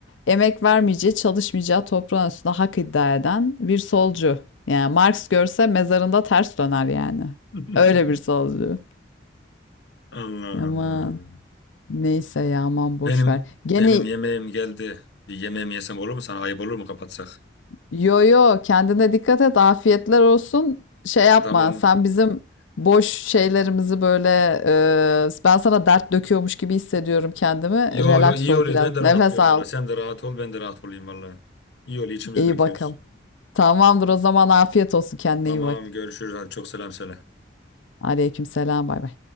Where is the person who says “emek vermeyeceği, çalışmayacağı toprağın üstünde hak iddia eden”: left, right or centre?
Left